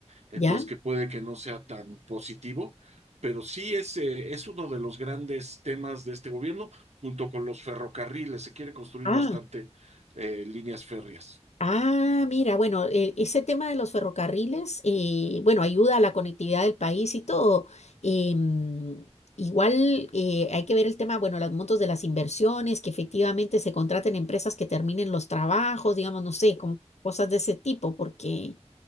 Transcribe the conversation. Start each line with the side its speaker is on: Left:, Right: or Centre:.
Right: entonces
Left: ¿Ya?
Right: que puede que no sea tan positivo, pero sí es, eh, es uno de los grandes temas de este gobierno, junto con los ferrocarriles, se quiere construir
Left: Ah,
Right: bastante eh, líneas férreas.
Left: ah, mira, bueno, eh, ese tema de los ferrocarriles, eh, bueno, ayuda a la conectividad del país y todo. Em, igual eh, hay que ver el tema, bueno, los montos de las inversiones, que efectivamente se contraten empresas que terminen los trabajos, digamos, no sé, como cosas de ese tipo, porque